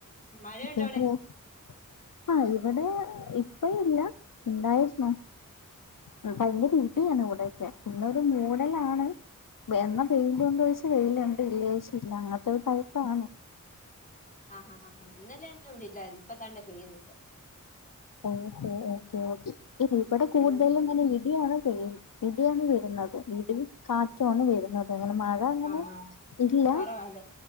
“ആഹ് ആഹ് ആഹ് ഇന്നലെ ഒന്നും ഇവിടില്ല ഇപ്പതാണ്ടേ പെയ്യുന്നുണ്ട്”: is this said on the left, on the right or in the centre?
Left